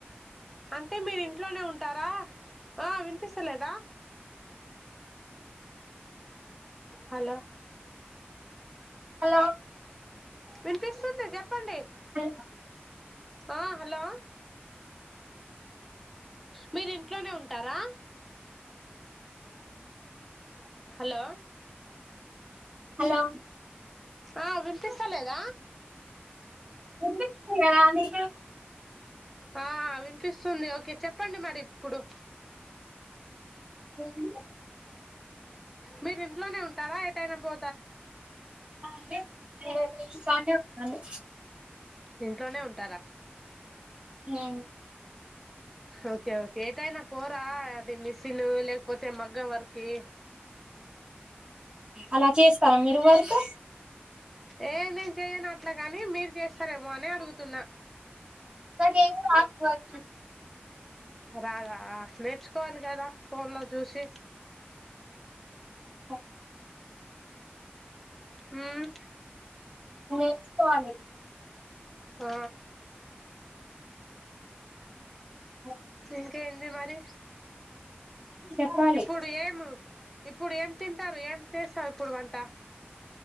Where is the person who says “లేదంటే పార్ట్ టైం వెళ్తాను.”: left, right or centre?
Right